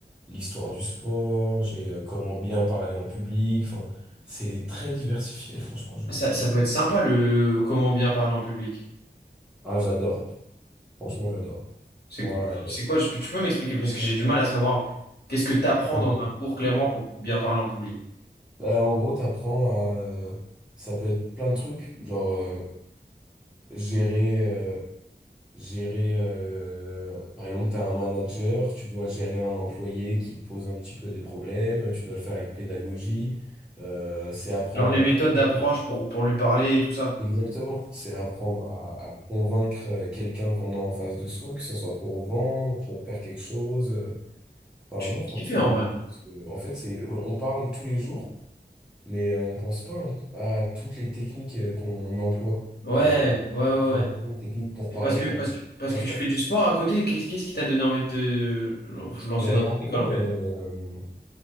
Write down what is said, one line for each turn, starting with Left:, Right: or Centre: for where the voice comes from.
Centre: l'histoire du sport, j'ai euh, comment bien parler en public. Enfin, c'est très diversifié. Franchement, je,
Left: Ça,
Centre: je-
Left: ça doit être sympa le comment bien parler en public.
Centre: ah, j'adore. Franchement, j'adore.
Left: C'est
Centre: Moi,
Left: quoi,
Centre: euh,
Left: c'est quoi? je peux- tu peux m'expliquer parce que j'ai du mal à savoir qu'est-ce que tu apprends
Centre: en
Left: dans
Centre: gros,
Left: un cours clairement pour bien parler en public.
Centre: bah, en gros, t'apprends à, euh, ça peut être plein de trucs, genre euh, gérer. Gérer, euh, par exemple, tu as un manager, tu dois gérer un employé qui te pose un petit peu des problèmes, tu dois le faire avec pédagogie, euh, c'est apprendre
Left: Genre les
Centre: à
Left: méthodes d'approche
Centre: convaincre.
Left: pour, pour lui parler et tout ça.
Centre: Exactement, c'est apprendre à, à convaincre euh, quelqu'un qu'on a en face de soi, que ce soit pour vendre, pour faire quelque chose. euh. Enfin,
Left: Tu
Centre: non, franchement,
Left: kiffes
Centre: j'aime
Left: en
Centre: beaucoup
Left: vrai.
Centre: parce que, en fait, c'est, on parle tous les jours, mais euh, on pense pas à toutes les techniques euh, qu'on emploie.
Left: Ouais,
Centre: Et on,
Left: ouais,
Centre: on
Left: ouais.
Centre: emploie
Left: ouais.
Centre: plein de techniques pour
Left: Et
Centre: parler,
Left: parce que,
Centre: on
Left: parce que, parce
Centre: pense
Left: que tu
Centre: pas
Left: fais
Centre: forcément.
Left: du sport à côté, qu'est-ce qu'est-ce qui t'a donné envie de te lancer
Centre: Ben,
Left: dans
Centre: en
Left: cette
Centre: gros,
Left: école en fait?
Centre: euh,